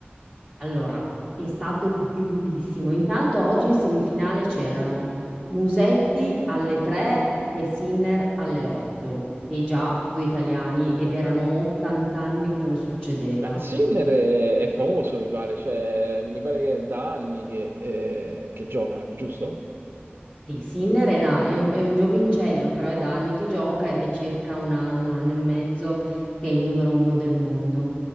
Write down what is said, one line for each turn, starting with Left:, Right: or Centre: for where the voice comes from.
Left: Allora, è stato bellissimo. Intanto oggi in semifinale c'erano Musetti alle 3 e Sinner alle 8 e già due italiani ed erano 80 anni che non succedeva.
Right: Ma Sinner è, è famoso, mi pare, cioè, mi pare che è da anni che, eh, che gioca, giusto?
Left: Sì, Sinner è, da- è un, è un giovincello, però è da anni che gioca ed è circa un anno, un anno e mezzo che è il numero uno del mondo.